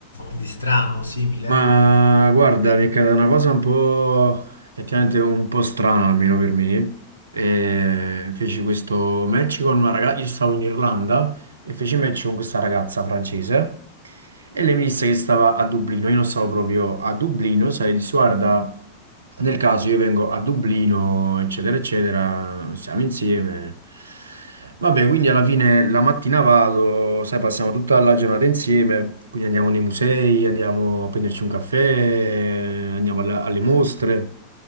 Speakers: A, on the left; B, on the right.
A: di strano, simile?
B: Ma guarda, mi è caduta una cosa un po' effettivamente un po' strana almeno per me. E feci questo match con una ragazza. Io stavo in Irlanda e feci match con questa ragazza francese e lei mi disse che stava a Dublino, io non stavo proprio a Dublino, sai, disse guarda, nel caso io vengo a Dublino, eccetera, eccetera, siamo insieme. Vabbè, quindi alla fine la mattina vado, sai, passiamo tutta la giornata insieme, quindi andiamo nei musei, andiamo a prenderci un caffè, andiamo alla- alle mostre